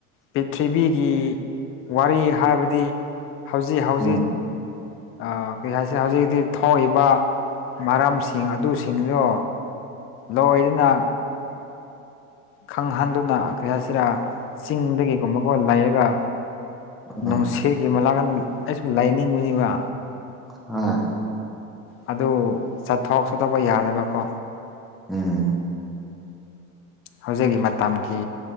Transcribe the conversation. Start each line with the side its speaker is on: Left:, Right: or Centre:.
Left: ꯄ꯭ꯔꯤꯊꯤꯕꯤꯒꯤ ꯋꯥꯔꯤ ꯍꯥꯏꯕꯗꯤ ꯍꯧꯖꯤꯛ ꯍꯧꯖꯤꯛ꯫
Centre: ꯎꯝ
Left: ꯑ ꯀꯩ ꯍꯥꯏꯁꯦ ꯍꯧꯖꯤꯛ ꯇꯤ ꯊꯣꯛꯏꯕ꯫ ꯃꯔꯝꯁꯤꯡ ꯑꯗꯨꯁꯤꯡꯗꯣ ꯂꯣꯏꯗꯨꯅ꯫ ꯈꯪꯍꯟꯗꯨꯅ ꯀꯩ ꯍꯥꯏꯁꯤꯔꯥ ꯆꯤꯡꯗꯒꯤꯒꯨꯝꯕꯒꯨꯝ ꯂꯩꯔꯒ꯫
Centre: ꯎꯝ
Left: ꯅꯨꯡꯁꯤꯠꯒꯤ ꯃꯅꯥꯥꯡꯀ ꯑꯩꯁꯨ ꯂꯥꯏꯅꯤꯡꯕꯅꯤꯕ
Centre: ꯑ
Left: ꯑꯗꯨ ꯆꯠꯊꯣꯛꯑꯁꯨ ꯇꯧꯕ ꯌꯥꯗꯕꯀꯣ
Centre: ꯎꯝ
Left: ꯍꯧꯖꯤꯛꯀꯤ ꯃꯇꯝꯒꯤ